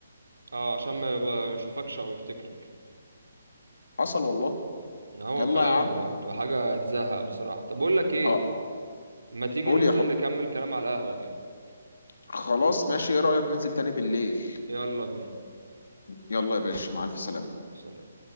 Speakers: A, on the right (about 75°); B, on the left (about 65°).
A: اه عشان ما يبقى- ما يشوفكش او يفتكرك
B: حصل والله
A: ان هو
B: يلا
A: فعلا
B: يا عم
A: ب- بتبقى حاجة تزهق بصراحة طب اقول لك ايه
B: اه
A: ما تيجي
B: قول
A: ننزل
B: يا حب
A: نكمل كلام على القهوة كده
B: خلاص ماشي ايه رايك ننزل تاني بالليل
A: يلا بينا
B: يلا يا باشا مع الف سلامه
A: سلام